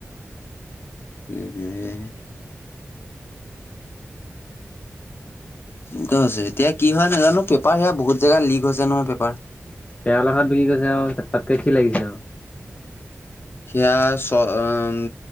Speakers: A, on the left (about 50°); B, on the left (about 25°).
A: <unintelligible> ইতাও আচে এতিয়া কি হয় নাজানো পেপাৰ সেয়া বহুত জেগা লিক হৈছে নহয় পেপাৰ।
B: তেৰ লাখত বিক্ৰী গৈছে আৰু। তাতকে কি লাগিছে আৰু
A: সেইয়া, চ উম